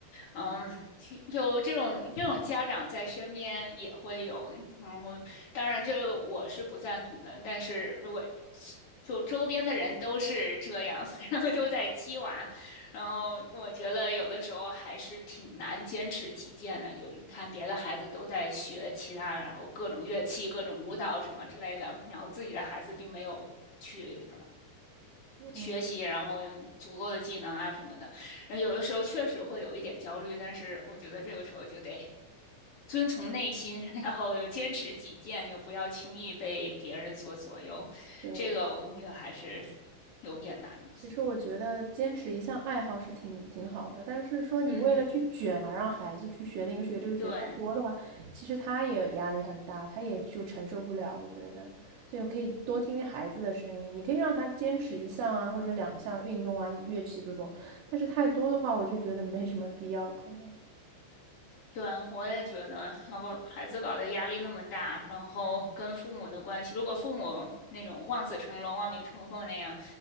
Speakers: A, on the left (about 35°); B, on the right (about 70°).
A: 嗯，其就这种这种家长在身边也会有，然后当然这我是不赞同的，但是如果就周边的人都是这样，<laughs> 然后都在鸡娃，然后我觉得有的时候还是挺难坚持己见的。就你看别的孩子都在学其他，然后各种乐器、各种舞蹈什么之类的，然后自己的孩子并没有去。
B: 嗯，
A: 学习，然后有足够的技能啊什么的。然后有的时候确实会有一点焦虑，但是我觉得这个时候就得 <laughs> 遵从内心，然后坚持己见，就不要轻易被别人所左右。
B: 对。
A: 这个我觉得还是有点难的。
B: 其实我觉得坚持一项爱好是挺挺好的，但是说你为了去卷而让孩子去学那个学这个学太多的话，
A: 嗯，对。
B: 其实他也压力很大，他也就承受不了，我觉得。所以我可以多听听孩子的声音，你可以让他坚持一项啊，或者两项运动啊、乐器这种，但是太多的话，我就觉得没什么必要，可能。
A: 对，我也觉得，要不孩子搞得压力那么大，然后跟父母的关系，如果父母那种望子成龙、望女成凤那样，